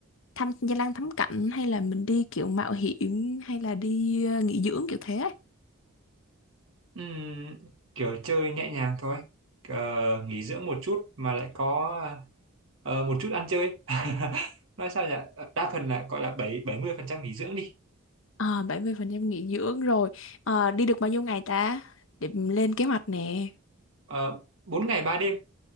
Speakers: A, on the left (about 60°); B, on the right (about 60°).
A: thăm danh lam thắng cảnh, hay là mình đi kiểu mạo hiểm, hay là đi ờ, nghỉ dưỡng kiểu thế ấy.
B: Ừm, kiểu chơi nhẹ nhàng thôi, Ờ, nghỉ dưỡng một chút mà lại có ờ, một chút ăn chơi. <laughs> Nói sao nhỉ? Đa phần là gọi là bảy bảy mươi phần trăm nghỉ dưỡng đi.
A: À, 70% nghỉ dưỡng rồi. Ờ, đi được bao nhiêu ngày ta? Để mình lên kế hoạch nè.
B: Ờ, 4 ngày ba đêm.